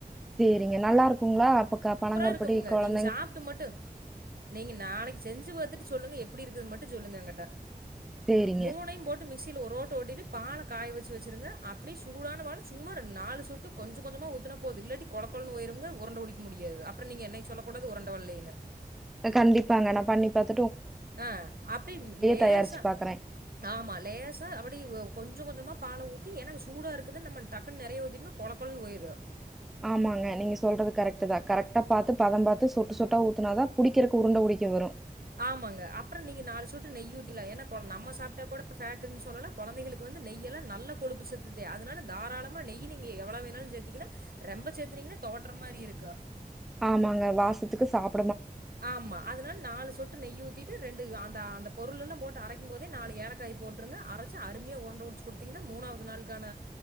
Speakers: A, in the centre; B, on the right.
A: சரிங்க நல்லா இருக்குங்களா அப்பக் பணங்கற்பட்டி
B: இருக்குமுங்க.
A: கொழந்
B: நீங்க சாப்ட்டு மட்டு நீங்க நாளைக்கு செஞ்சு பா பாத்துட்டு சொல்லுங்க எப்படி இருக்குது மட்டு சொல்லுங்க எங்கிட்ட
A: சேரிங்க.
B: மூனைையும் போட்டு மிக்சி மிக்சில ஒரு ஓட்டு ஓட்டிட்டு பால காய வச்ச வச்சுருங்க அப்படியே சூடான பாலு சும்மா நாலு சொட்டு கொஞ்ச கொஞ்சமா ஊத்தூனா போதும் இல்லாட்டி கொழ கொழனு போயிம்ங்க அப்பற உருண்ட புடிக்க முடியாதுங்க ஆப்பற நீங்க என்னை சொல்லகூ து உரண்டவள்ளைனு
A: கண்டிபாங்க நான் பண்ணிபாத்
B: அஹ் அப்டி லேசா
A: தயாரிச்சு பாக்குறேன்.
B: ஆமா லேசா அப்டி கொஞ்சோ கொஞ்சமா பால ஊத்தி ஏன்னா சூடா இருக்குதுன் நம்ம டக்குன்னு நறய ஊத்திடம்னா கொழ கொழன்னு போயிரு
A: ஆமாங்க நீங்க சொல்றதுக் கரக்ட் தா கரெக்டா பாத் பதம் பாத்து சொட்டு சொட்டா ஊத்துனாதா புடிக்கறக்கு உருண்ட புடிக்க வரும்
B: ஆமாங்க அப்றோ நீங்க நாலு சொட்டு நெய் ஊத்திலா ஏன்னா கொ நம்ம சாப்ட்டா கொட ஃபேட்ன்னு சொல்லல கொலந்தைகளுக்கு வந்து நெய்யலா நல்ல கொழுப்பு சத்துதே அதனால தாராளமா நெய் நீங்க எவ்வள வேணாலு சேத்திக்கலா ரெம்ப சேத்துனீங்கன்னா தோவற்ற மாரி இருக்கோ
A: ஆமாங்க வாசத்துக்கு சாப்
B: ஆமா அதுனால நாலு சொட்டு நெய்யூத் ஊத்திட்டு ரெண்டு அந்த அந்த பொருள்லெல்லா போட்டு அரைக்கும் போதே நாலு ஏலக்காய் போட்டுடுங்க அரச்சி அருமயா உண்ட உடிச்சு குடுத்திங்கன்னா மூணாவது நாள்க்கான